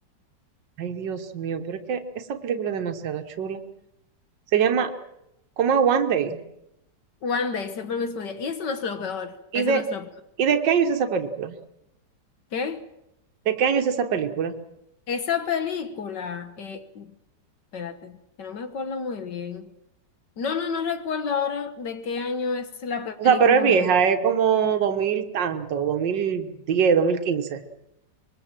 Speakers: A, on the right (about 80°); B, on the left (about 75°).
A: Ay, Dios mío, pero es que esa película es demasiado chula. Se llama Como One Day.
B: One day, siempre el mismo día. Y eso no es lo peor.
A: ¿Y
B: Eso
A: de,
B: no es lo peor.
A: y de qué año es esa película?
B: ¿Qué?
A: ¿De qué año es esa película?
B: Esa película, eh, espérate, que no me acuerdo muy bien. No, no, no recuerdo ahora de qué año es la
A: O
B: película,
A: sea, pero es
B: en
A: vieja,
B: verdad.
A: es como 2000 tanto, dos dos mil diez, dos mil quince.